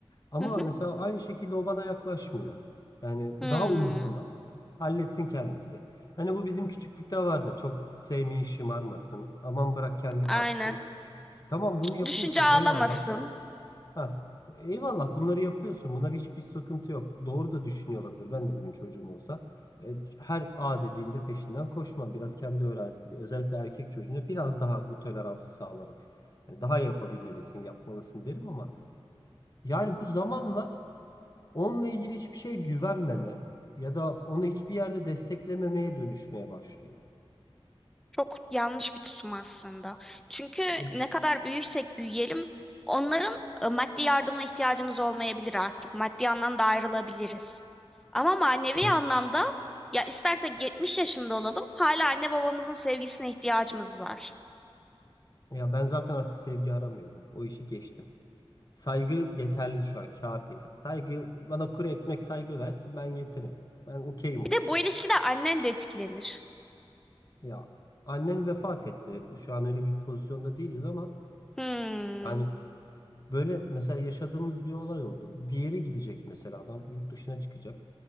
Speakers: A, on the left; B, in the centre.
A: Ama
B: hı hı.
A: mesela aynı şekilde o bana yaklaşmıyor. Yani
B: Hmm,
A: daha umursamaz. Halletsin kendisi. Hani bu bizim küçüklükte vardı. Çok sevmeyin şımarmasın. Aman bırak kendi
B: aynen.
A: kalksın. Tamam bunu yapıyorsun
B: Düşünce ağlamasın.
A: eyvallah da. Ha, eyvallah bunları yapıyorsun. Buna hiçbir sıkıntı yok. Doğru da düşünüyor olabilir. Ben de bugün çocuğum olsa. e, Her A dediğinde peşinden koşmam. Biraz kendi öğrensin diye. Özellikle erkek çocuğuna biraz daha bu toleransı sağlarım. Yani daha yapabilmelisin, yapmalısın derim ama yani bu zamanla onunla ilgili hiçbir şeye güvenmeme ya da onu hiçbir yerde desteklememeye dönüşmeye başlıyor.
B: Çok yanlış bir tutum aslında. Çünkü
A: E,
B: ne kadar büyürsek büyüyelim, onların e, maddi yardımına ihtiyacımız olmayabilir artık. Maddi anlamda ayrılabiliriz. Ama manevi
A: Evet.
B: anlamda ya istersek 70 yaşında olalım, hala anne babamızın sevgisine ihtiyacımız var.
A: Ya ben zaten artık sevgi aramıyorum. O işi geçtim. Saygı yeterli şu an, kafi yani. Saygı bana kuru ekmek saygı ver, ben yeterim. Ben okeyim o
B: Bir de
A: işe.
B: bu ilişkide annen de etkilenir.
A: Ya annem vefat etti. Şu an öyle bir pozisyonda değiliz ama
B: Hmm.
A: yani böyle mesela yaşadığımız bir olay oldu. Bir yere gidecek mesela adam, yurt dışına çıkacak.